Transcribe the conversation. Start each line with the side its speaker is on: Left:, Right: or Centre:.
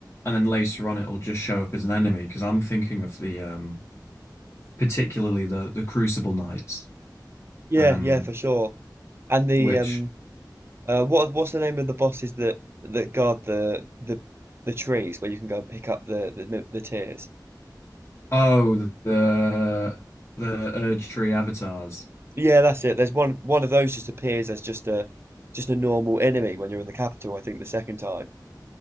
Left: and then later on it'll just show up as an enemy. Because I'm thinking of the um particularly the the Crucible Knights,
Right: Yeah,
Left: um,
Right: yeah, for sure. And the
Left: which
Right: um, uh, what what's the name of the bosses that that guard the the the trees where you can go and pick up the the, the tears?
Left: oh the the, Erdtree avatars.
Right: Yeah, that's it. There's one one of those just appears as just a just a normal enemy when you're in the capital, I think the second time.